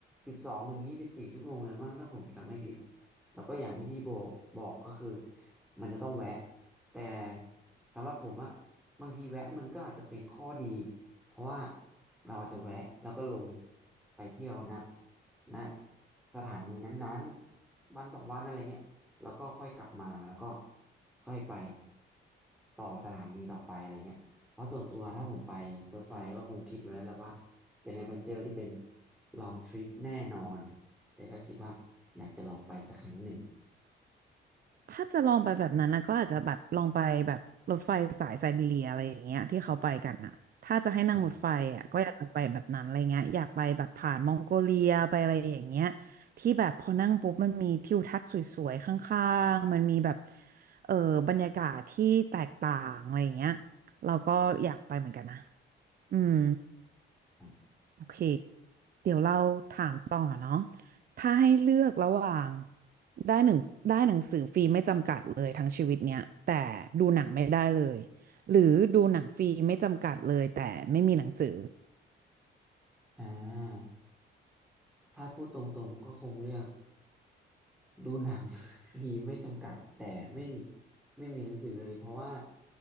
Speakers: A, in the centre; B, on the right.
A: สิบสองถึงยี่สิบสี่ชั่วโมงเลยมั้งถ้าผมจำไม่ผิดอะแล้วก็อย่างที่พี่โบบอกก็คือมันจะต้องแวะแต่สำหรับผมอะบางทีแวะมันก็อาจจะเป็นข้อดีเพราะว่าเราอาจจะแวะแล้วก็ลงไปเที่ยวนะ ณสถานีนั้นๆวันสองวันอะไรเงี้ยแล้วก็ค่อยกลับมาแล้วก็ค่อยไปต่อสถานีต่อไปอะไรเงี้ยเพราะส่วนตัวถ้าผมไปรถไฟก็คงคิดไว้แล้วแหละว่าเป็นแอดเวนเจอร์ที่เป็น long trip แน่นอนแต่ก็คิดว่าอยากจะลองไปสักครั้งหนึ่ง
B: ถ้าจะลองไปแบบนั้นนะก็อาจจะแบบลองไปแบบรถไฟสายไซบีเรียอะไรอย่างเงี้ยที่เขาไปกันอ่ะถ้าจะให้นั่งรถไฟอ่ะก็อยากจะไปแบบนั้นอะไรเงี้ยอยากไปแบบผ่านมองโกเลียไปอะไรอย่างเงี้ย
A: นะ
B: ที่แบบพอนั่งปุ๊บมันมีทิวทัศน์สวยๆข้างๆมันมีแบบเออบรรยากาศที่แตกต่างอะไรอย่างเงี้ยเราก็อยากไปเหมือนกันนะอืม
A: ครับ
B: โอเค เดี๋ยวเราถามต่อเนาะถ้าให้เลือกระหว่างได้หนึ่งได้หนังสือฟรีไม่จำกัดเลยทั้งชีวิตเนี้ยแต่ดูหนังไม่ได้เลยหรือดูหนังฟรีไม่จำกัดเลยแต่ไม่มีหนังสือ
A: อ่าถ้าพูดตรงๆก็คงเลือก ดูหนัง <laughs> ฟรีไม่จำกัดแต่ไม่ไม่มีหนังสือเลยเพราะว่า